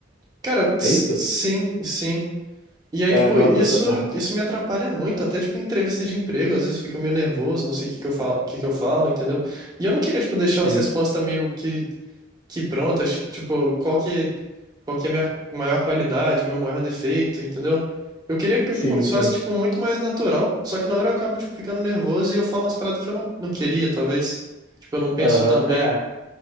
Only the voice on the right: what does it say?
Cara, s-
sim, sim. E aí,
tipo,
isso,
isso me atrapalha muito, até, tipo, em entrevista de emprego, às vezes fica meio nervoso, não sei o que que eu falo, que que eu falo, entendeu? E eu não queria, tipo, deixar
umas respostas meio que, que prontas, tipo, qual que, qual que é a minha maior qualidade, meu maior defeito, entendeu? Eu queria que
fosse,
fosse, tipo, muito mais natural, só que na hora eu acabo, tipo, ficando nervoso e eu falo umas paradas que eu não, não queria, talvez. Tipo, eu não penso
tão bem.